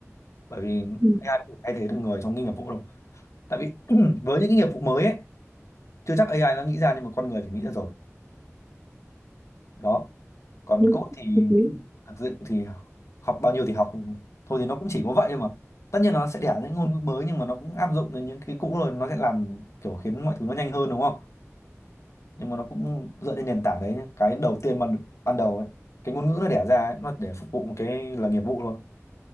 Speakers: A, on the left (about 65°); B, on the right (about 25°).
A: bởi vì
B: Ừ,
A: AI nó không thể thay thế được người trong cái nghiệp vụ đâu tại vì <clears throat> với những cái nghiệp vụ mới ấy chưa chắc AI nó nghĩ ra nhưng mà con người phải nghĩ ra rồi đó còn
B: đúng
A: code thì
B: hợp lý
A: thực sự thì học bao nhiêu thì học thôi thì nó cũng chỉ có vậy thôi mà tất nhiên là nó sẽ đẻ những ngôn ngữ mới nhưng mà nó cũng áp dụng đến những cái cũ rồi nó sẽ làm kiểu khiến mọi thứ nó nhanh hơn đúng không nhưng mà nó cũng dựa trên nền tảng đấy nhé. cái đầu tiên mà ban đầu ấy cái ngôn ngữ nó đẻ ra ấy, nó để phục vụ một cái là nghiệp vụ thôi